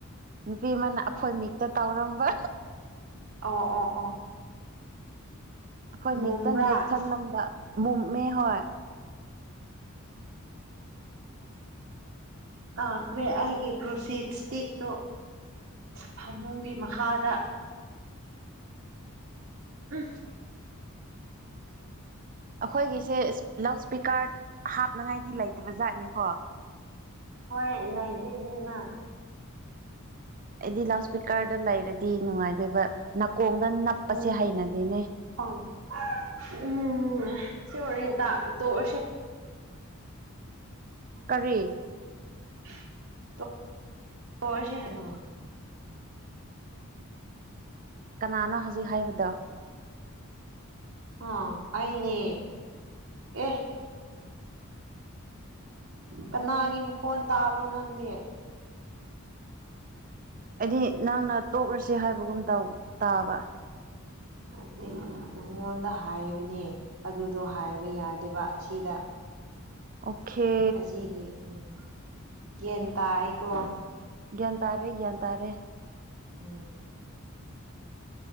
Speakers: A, on the right; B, on the right.
A: ꯅꯨꯄꯤ ꯑꯃꯅ ꯑꯐꯣꯏ ꯃꯤꯛꯇ ꯇꯧꯔꯝꯕ
B: ꯑꯣ ꯑꯣ ꯑꯣ
A: ꯑꯩꯈꯣꯏ
B: ꯃꯨꯝꯕ꯭ꯔꯥ
A: ꯃꯤꯛꯇ ꯅꯦꯠꯁꯜꯂꯝꯕ ꯃꯨꯝꯃꯦ ꯍꯣꯏ
B: ꯑ ꯑꯥ ꯑꯩ ꯀ꯭ꯔꯣꯁꯤ ꯏꯁꯇꯛꯇꯣ ꯐꯃꯨꯡꯒꯤ ꯃꯈꯥꯗ ꯎ
A: ꯑꯩꯈꯣꯏꯒꯤꯁꯦ ꯂꯥꯎꯠ ꯏꯁꯄꯤꯀꯔ ꯍꯥꯞꯅꯉꯥꯏꯗꯤ ꯂꯩꯇꯕ ꯖꯥꯠꯅꯤꯀꯣ
B: ꯍꯣꯏ ꯂꯥꯏꯗꯦꯕꯅ
A: ꯑꯩꯗꯤ ꯂꯥꯎꯠ ꯏꯁꯄꯤꯀꯔꯗ ꯂꯩꯔꯗꯤ ꯅꯨꯡꯉꯥꯏꯗꯣꯏꯕ ꯈꯣꯡꯗ ꯅꯞꯄꯁꯦ
B: ꯎꯝ
A: ꯍꯩꯅꯗꯦꯅꯦ
B: ꯑꯣ ꯎꯝ ꯁꯤ ꯑꯣꯏꯔꯤ ꯇ ꯇꯣꯛꯑꯁꯦ
A: ꯀꯔꯤ
B: <unintelligible> ꯍꯁꯦ <unintelligible> ꯍꯥꯃ
A: ꯎꯝ <unintelligible> ꯀꯅꯥꯅꯣ ꯍꯧꯖꯤꯛ ꯍꯥꯏꯕꯗꯣ
B: ꯑ ꯑꯩꯅꯦ ꯑꯦ ꯀꯅꯥꯒꯤ ꯃꯈꯣꯟ ꯇꯥꯕ꯭ꯔꯣ ꯅꯪꯗꯤ
A: ꯑꯩꯗꯤ ꯅꯪꯅ ꯇꯣꯛꯂꯁꯦ ꯍꯥꯏꯕꯒꯨꯝ ꯇ ꯇꯥꯕ
B: ꯅꯠꯇꯦ ꯅꯪꯉꯣꯟꯗ ꯍꯥꯏꯕꯅꯦ ꯑꯗꯨꯗꯣ ꯍꯥꯏꯕ ꯌꯥꯗꯦ ꯑꯁꯤꯗ
A: ꯑꯣꯀꯦ
B: ꯑꯁꯤꯒꯤ ꯎꯝ ꯌꯦꯟ ꯇꯥꯑꯀꯣ
A: ꯒ꯭ꯌꯥꯟ ꯇꯥꯔꯦ ꯭ꯌꯥꯟ ꯇꯥꯔꯦ
B: ꯎꯝ